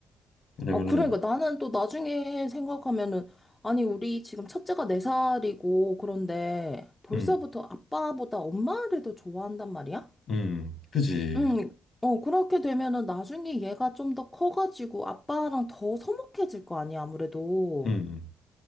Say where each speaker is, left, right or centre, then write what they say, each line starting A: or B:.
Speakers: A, on the left; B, on the left.
A: 왜냐면은
B: 아, 그러니까 나는 또 나중에 생각하면은, 아니, 우리 지금 첫째가 네살이고 그런데 벌써부터
A: 음,
B: 아빠보다 엄마를 더 좋아한단 말이야?
A: 음, 그지.
B: 응, 어, 그렇게 되면은 나중에 얘가 좀 더 커가지고 아빠랑 더 서먹해질 거 아니야, 아무래도.
A: 음,